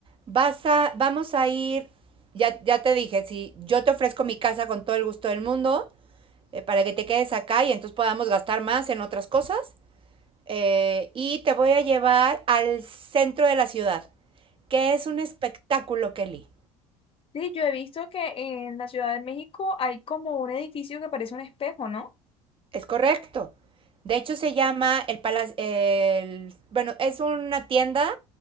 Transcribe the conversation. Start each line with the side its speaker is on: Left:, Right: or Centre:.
Right: vas a, vamos a ir, ya, ya te dije, si yo te ofrezco mi casa con todo el gusto del mundo, eh, para que te quedes acá y entonces podamos gastar más en otras cosas. eh, y te voy a llevar al centro de la ciudad, que es un espectáculo, Kelly.
Left: sí, yo he visto que en la Ciudad de México hay como un edificio que parece un espejo, ¿no?
Right: Es correcto. De hecho, se llama el palacio, el, bueno, es una tienda,